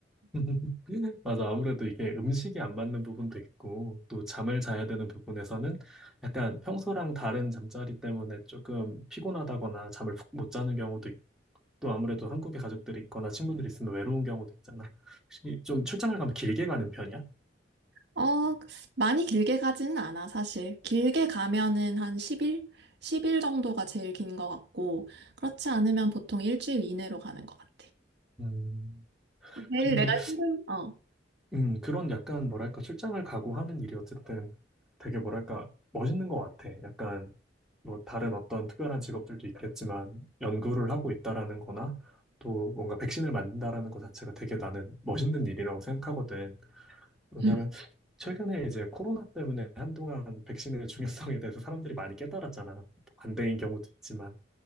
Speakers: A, in the centre; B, on the right.
A: <laughs> 맞아. 아무래도 이게 음식이 안 맞는 부분도 있고, 또 잠을 자야 되는 부분에서는 약간 평소랑 다른 잠자리 때문에 조금 피곤하다거나 잠을 푹못 자는 경우도 있고, 아무래도 한국에 가족들이 있거나 친구들이 있으면 외로운 경우도 있잖아. 혹시 좀 출장을 가면 길게 가는 편이야?
B: 어, 많이 길게 가지는 않아, 사실. 길게 가면은 한 10일? 10일 정도가 제일 긴 것 같고, 그렇지 않으면 보통 일주일 이내로 가는 것 같아.
A: 음,
B: 제일
A: 근데
B: 내가 힘든, 어.
A: 음, 그런 약간 뭐랄까 출장을 가고 하는 일이 어쨌든 되게 뭐랄까 멋있는 것 같아. 약간 뭐 다른 어떤 특별한 직업들도 있겠지만 연구를 하고 있다라는 거나 또 뭔가 백신을 만든다라는 것 자체가 되게 나는 멋있는 일이라고 생각하거든. 왜냐면
B: <laughs>
A: 최근에 이제 코로나 때문에 한동안 백신의 중요성에 대해서 사람들이 많이 깨달았잖아. 반대인 경우도 있지만.